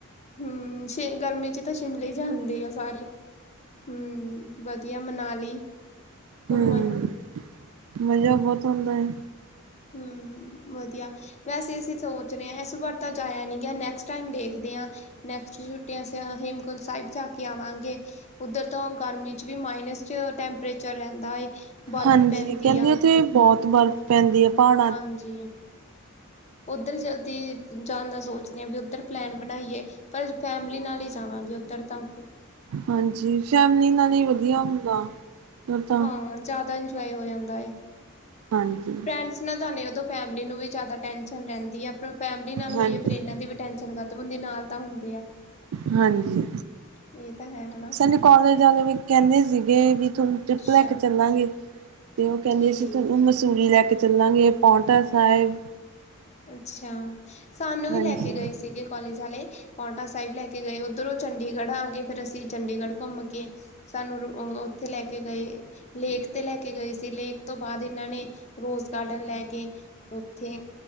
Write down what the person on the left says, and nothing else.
ਹੂੰ ਸ਼ ਗਰਮੀ 'ਚ ਤਾਂ ਸ਼ਿਮਲੇ ਈ ਜਾਂਦੇ ਆ ਸਾਰੇ। ਹੂੰਅ ਵਧੀਆ ਮਨਾਲੀ।
ਘੁੰਮਣ ਨੂੰ
ਹੂੰ ਵਧੀਆ। ਵੈਸੇ ਅਸੀਂ ਸੋਚ ਰੇ ਆਂ ਏਸ ਵਾਰ ਜਾਇਆ ਨੀ ਗਿਆ, ਨੈਕਸਟ ਟਾਈਮ ਦੇਖਦੇ ਆਂ। ਨੈਕਸਟ ਛੁੱਟੀਆਂ ਅਸੀਂ ਆ ਹੇਮਕੁੰਦ ਸਾਇਬ ਜਾ ਕੇ ਆਵਾਂਗੇ। ਉੱਧਰ ਤੋਂ ਗਰਮੀ 'ਚ ਵੀ ਮਾਈਨਸ 'ਚ ਟੈਂਪਰੇਚਰ ਰੈਂਦਾ ਏ। ਬਰਫ਼
ਪੈਂਦੀ
ਆ
ਹਾਂਜੀ। ਓਧਰ ਜਲਦੀ ਜਾਣ ਦਾ ਸੋਚਦੇ ਆਂ ਵੀ ਓਧਰ ਪਲੈਨ ਬਣਾਈਏ। ਪਰ ਫੈਮਿਲੀ ਨਾਲ ਈ ਜਾਵਾਂਗੇ ਓਧਰ ਤਾਂ।
ਹਾਂ ਜ਼ਿਆਦਾ ਇੰਜੋਏ ਹੋ ਜਾਂਦਾ ਏ।
ਫਰੈਂਡਸ ਨਾਲ ਜਾਂਦੇ ਆ ਤੇ ਫੈਮਲੀ ਨੂੰ ਵੀ ਜ਼ਿਆਦਾ ਟੈਨਸ਼ਨ ਰਹਿੰਦੀ ਆ ਫਿਰ ਫੈਮਲੀ ਨਾਲ ਹੋਈਏ
ਫਿਰ ਇਹਨਾਂ ਦੀ ਵੀ ਟੈਸ਼ਨ ਕਰ। ਬੰਦੇ ਨਾਲ ਤਾਂ ਹੁੰਦੇ ਆ।
ਇਹ ਤਾਂ ਹੈ ਹਨਾ
ਅੱਛਾ
ਠੀਕ
ਹੈ
ਅੱਛਾ ਸਾਨੂੰ ਵੀ
ਲੈ ਕੇ ਗਏ ਸੀ। ਕਾਲਜ ਆਲੇ ਪੌਟਾ ਸਾਹਿਬ ਲੈ ਕੇ ਗਏ ਉੱਧਰੋਂ ਚੰਡੀਗੜ੍ਹ ਆ ਗਏ ਫੇਰ ਅਸੀਂ। ਚੰਡੀਗੜ੍ਹ ਘੁੰਮਕੇ ਸਾਨੂੰ ਉੱਥੇ ਲੈ ਕੇ ਗਏ। ਲੇਕ ਤੇ ਲੈ ਕੇ ਗਏ ਸੀ ਲੇਕ ਤੋਂ ਬਾਅਦ ਇਹਨਾਂ ਨੇ ਰੋਜ਼ ਗਾਰਡਨ ਲੈ ਕੇ। ਉੱਥੇ।